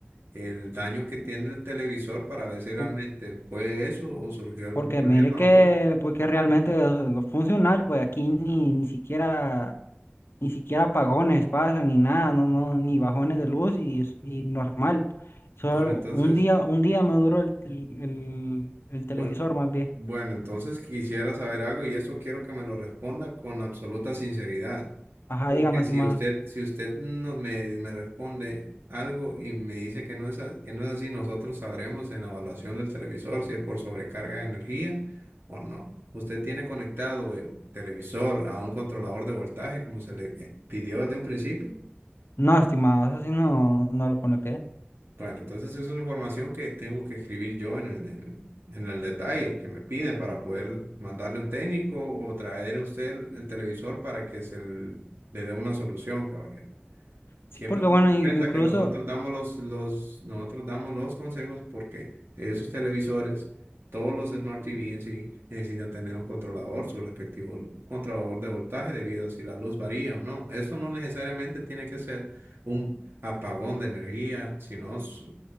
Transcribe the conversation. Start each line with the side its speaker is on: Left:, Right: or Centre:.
Right: el daño que tiene el televisor para ver si realmente
Left: pu-
Right: fue eso o surgió algún
Left: Porque
Right: problema
Left: mire que,
Right: o golpe.
Left: porque realmente los, los funcionarios, pues aquí ni, ni siquiera, ni siquiera apagones pasan ni nada, no, no, ni bajones de luz y, es- y normal. Solo
Right: Bueno, entonces,
Left: un día, un día me duró el, el, el- el televisor
Right: bueno,
Left: más bien.
Right: bueno, entonces quisiera saber algo y eso quiero que me lo responda con absoluta sinceridad.
Left: Ajá,
Right: Porque
Left: dígame, estimada.
Right: si usted, si usted no me, me responde algo y me dice que no es, a- que no es así, nosotros sabremos en la evaluación del televisor si es por sobrecarga de energía o no. Usted tiene conectado el televisor a un controlador de voltaje como se le eh, pidió desde un principio.
Left: No, estimada, eso sí no, no lo conecté.
Right: Bueno, entonces es una información que tengo que escribir yo en el, en- en el detalle que me piden para poder mandarle un técnico o traer a usted el, el televisor para que se l- le dé una solución, caballero.
Left: Sí,
Right: Siempre
Left: porque
Right: ten
Left: bueno,
Right: en
Left: in-
Right: cuenta
Left: incluso
Right: que nosotros damos los, los, nosotros damos los consejos porque esos televisores, todos los Smart TV en sí, necesitan tener un controlador, su respectivo controlador de voltaje debido a si la luz varía o no. Eso no necesariamente tiene que ser un apagón de energía, sino s-